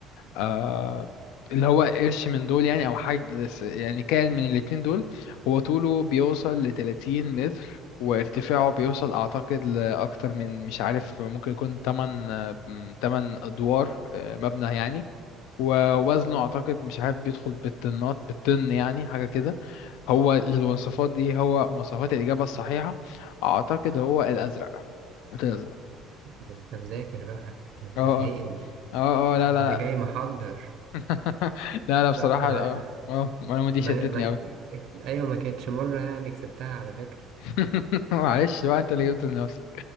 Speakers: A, on the left; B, on the right.
A: آه اللي هو قرش من دول يعني او حاجة س- يعني كائن من الاتنين دول هو طوله بيوصل ل 30 متر وارتفاعه بيوصل اعتقد لاكتر من مش عارف ممكن يكون 8 8 ادوار آه، مبنى يعني ووزنه اعتقد مش عارف بيدخل بالطنات بالطن يعني حاجة كده هو الوصفات دي هو مواصفات الإجابة الصحيحة أعتقد هو الأزرق الأزرق
B: ده انت مذاكر بقى ده انت
A: اه
B: فايقني
A: اه اه اه لا
B: ده
A: لا
B: انت جاي محضر
A: <laughs> لا لا بصراحة
B: لا انا
A: اه اه المعلومة دي
B: ما,
A: شدتني
B: ما
A: أوي
B: ايوه ما كانتش مرة يعني كسبتها على فكرة
A: <laughs> معلش بقى أنت اللي جبته لنفسك